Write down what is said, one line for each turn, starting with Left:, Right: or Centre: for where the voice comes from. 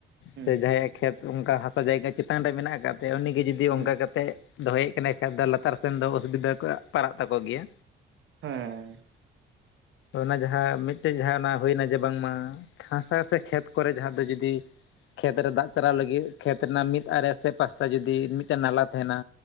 Right: ᱦᱩᱸ
Left: ᱥᱮ ᱡᱟᱦᱟᱸᱭᱟᱜ ᱠᱷᱮᱛ ᱚᱱᱠᱟ ᱦᱟᱥᱟ ᱡᱟᱭᱜᱟ ᱪᱮᱛᱟᱱ ᱨᱮ ᱢᱮᱱᱟᱜ ᱟᱠᱟᱫ ᱛᱟᱭᱟ ᱩᱱᱤᱜᱮ ᱡᱩᱫᱤᱼᱼ ᱡᱩᱫᱤ
Right: ᱦᱩᱸ
Left: ᱚᱱᱠᱟ ᱠᱟᱛᱮᱫ ᱫᱚᱦᱚᱭᱮᱫ ᱠᱟᱱᱟᱭ ᱠᱷᱟᱡ ᱫᱚ ᱞᱟᱛᱟᱨ ᱥᱮᱱ ᱫᱚ ᱚᱥᱩᱵᱤᱫᱟ ᱠᱚ ᱯᱟᱲᱟᱜ ᱛᱟᱠᱚ ᱜᱮᱭᱟ᱾
Right: ᱦᱮᱸ᱾
Left: ᱚᱱᱟ ᱡᱟᱦᱟᱸ ᱢᱤᱫᱴᱮᱡ ᱡᱟᱦᱟᱸ ᱚᱱᱟ ᱦᱩᱭᱱᱟ ᱡᱮ ᱵᱟᱝᱢᱟ ᱦᱟᱥᱟ ᱥᱮ ᱠᱷᱮᱛ ᱠᱚᱨᱮ ᱡᱟᱦᱟᱸ ᱫᱚ ᱡᱩᱫᱤᱼᱼ ᱠᱷᱮᱛ ᱨᱮ ᱫᱟᱜ ᱪᱟᱞᱟᱣ ᱞᱟᱹᱜᱤᱫ ᱠᱷᱮᱛ ᱨᱮᱱᱟᱜ ᱢᱤᱫ ᱟᱲᱮ ᱥᱮ ᱯᱟᱥᱴᱟ ᱡᱩᱫᱤ ᱢᱤᱫᱼᱼ ᱱᱟᱞᱟ ᱛᱟᱦᱮᱱᱟ